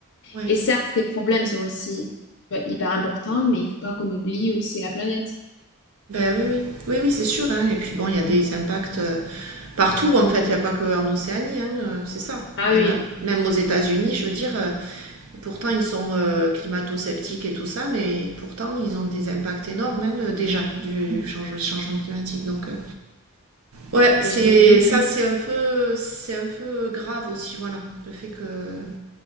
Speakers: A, on the right; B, on the left.
A: Ouais.
B: Et certes, ces problèmes sont aussi tu vois, hyper importants, mais il faut pas qu'on oublie aussi la planète.
A: Ben oui, oui. Oui, oui, c'est sûr. hein. Et puis bon, il y a des impacts euh, partout, en fait. Il n'y a pas qu'en Océanie, hein, euh, c'est ça.
B: Ah
A: Il y
B: oui,
A: en a même aux États-Unis, je veux dire, euh, Pourtant, ils sont euh, climato-sceptiques et tout ça, mais pourtant, ils ont des impacts énormes hein, de- déjà du, du change- changement climatique. Donc, euh, ouais, c'est
B: mais j'ai vu.
A: ça, c'est un peu, c'est un peu grave aussi, voilà, le fait que.